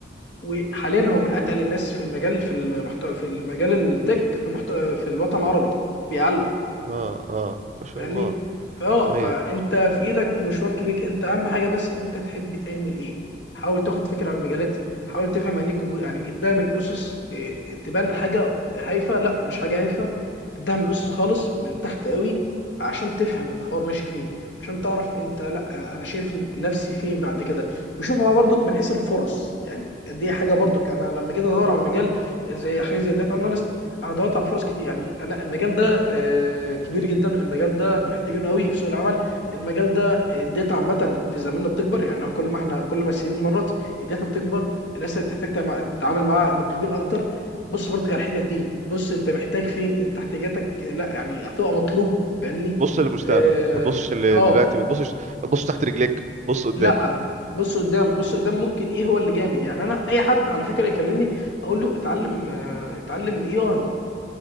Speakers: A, on the left; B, on the right.
A: وحاليا هو من اتقل الناس في المجال في المحتوى في المجال التك في المحتوى في الوطن العربي بيعلم
B: اه اه ما شاء
A: فاهمني
B: الله
A: فاه فانت
B: ايوه
A: في ايدك مشوار كبير انت اهم حاجه بس انت تحب تعمل ايه حاول تاخد فكره عن المجالات حاول تفهم يعني ايه كمبيوتر يعني ابداها من اسس إيه، تبان حاجه هايفه لا مش حاجه هايفه ابداها من اسس خالص من تحت قوي عشان تفهم الحوار ماشي فين عشان تعرف انت لا انا شايف نفسي فين بعد كده وشوفها برضك من حيث الفرص يعني دي حاجه برضك انا لما جيت ادور على مجال زي حاجه زي داتا اناليست انا دورت على فرص كتير يعني لا المجال ده آه، كبير جدا المجال ده محتاجينه
B: مم،
A: قوي
B: مم،
A: في سوق العمل المجال ده الداتا عامه في زماننا بتكبر يعني كل ما احنا كل ما السنين مرت الداتا بتكبر الناس اللي بتحتاج تع- تتعامل معاها مطلوبين اكتر بص برضك على الحتت دي بص انت محتاج
B: مم.
A: فين انت احتياجاتك لا يعني هتبقى مطلوب فاهمني
B: بص للمستقبل
A: اه
B: ما تبصش
A: آه،
B: دلوقتي ما تبصش ما تبصش تحت رجليك بص قدامك
A: لا بص قدام بص
B: مم.
A: قدام ممكن ايه هو اللي جامد يعني انا اي حد على فكره يكلمني اقول له اتعلم آه، اتعلم اي اي